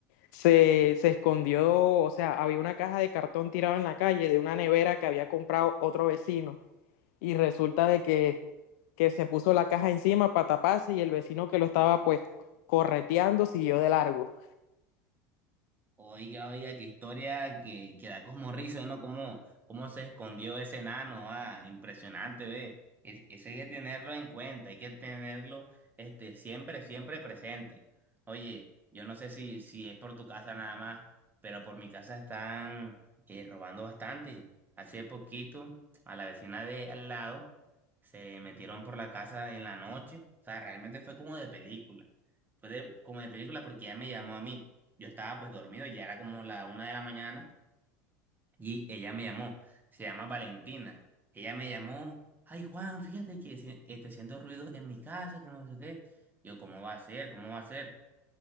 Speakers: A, on the left (about 65°); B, on the right (about 20°).
A: se, se escondió, o sea, había una caja de cartón tirada en la calle de una nevera que había comprado otro vecino y resulta de que, que se puso la caja encima para taparse y el vecino que lo estaba pues correteando siguió de largo.
B: Oiga, oiga, qué historia que, que da como risa, ¿no? Cómo, cómo se escondió ese enano, ah, impresionante, ve. Es- eso hay que tenerlo en cuenta, hay que tenerlo, este, siempre, siempre presente. Oye, yo no sé si, si es por tu casa nada más, pero por mi casa están eh, robando bastante. Hace poquito, a la vecina de al lado, se metieron por la casa en la noche. O sea, realmente fue como de película. Fue de- como de película porque ella me llamó a mí. Yo estaba pues dormido, ya era como la una de la mañana y ella me llamó, se llama Valentina. Ella me llamó, ay Juan, fíjate que si- este, siento ruido en mi casa, que no sé qué. Yo, ¿cómo va a ser? ¿Cómo va a ser?